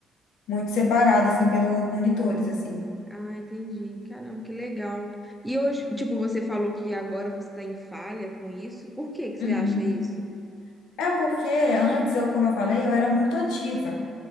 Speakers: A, on the left; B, in the centre.
A: muito separado, assim, pelos monitores, assim.
B: Ah, entendi. Caramba, que legal. E hoje, tipo, você falou que agora você está em falha com isso. Por que que você
A: Uhum.
B: acha isso?
A: É porque antes, eu, como eu falei, eu era muito ativa.